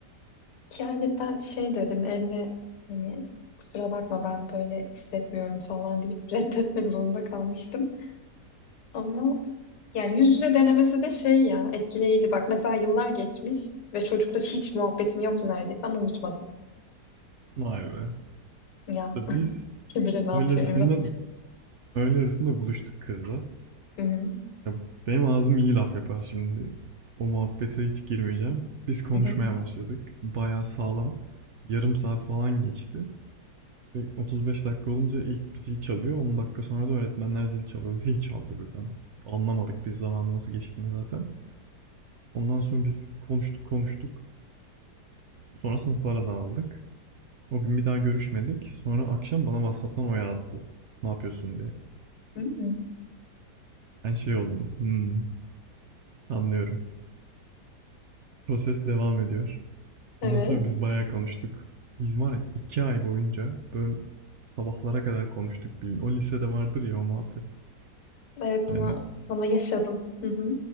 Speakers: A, on the left; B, on the right.
A: Yani ben şey dedim Emre hani kusura bakma ben böyle hissetmiyorum falan deyip <laughs> reddetmek zorunda kalmıştım. Ama yani yüz yüze denemesi de şey ya etkileyici. Bak mesela yıllar geçmiş ve çocukla hiç muhabbetim yoktu neredeyse ama unutmadım.
B: Vay be.
A: Ya
B: İşte
A: <laughs>
B: Biz
A: kim bilir ne yapıyor
B: öğle arasında
A: Emre.
B: öğle arasında buluştuk kızla.
A: Hı hı.
B: Ya benim ağzım iyi laf yapar şimdi. O muhabbete hiç girmeyeceğim. Biz konuşmaya
A: hı hı.
B: başladık. Bayağı sağlam. Bir yarım saat falan geçti. Ve 35 dakika olunca ilk bir zil çalıyor. 10 dakika sonra da öğretmenler zil çalıyor. Zil çaldı birden. Anlamadık biz zaman nasıl geçtiğini zaten. Ondan sonra biz konuştuk konuştuk. Sonra sınıflara dağıldık. O gün bir daha görüşmedik. Sonra akşam bana WhatsApp'tan o yazdı. Ne yapıyorsun diye.
A: Hmm.
B: Ben şey oldum. Hmm, anlıyorum. Proses devam ediyor.
A: Evet.
B: Ondan sonra biz bayağı konuştuk. Biz var ya iki ay boyunca böyle sabahlara kadar konuştuk bilin. O lisede vardır ya o muhabbet.
A: Evet
B: Yani
A: bunu bunu yaşadım. Hı hı.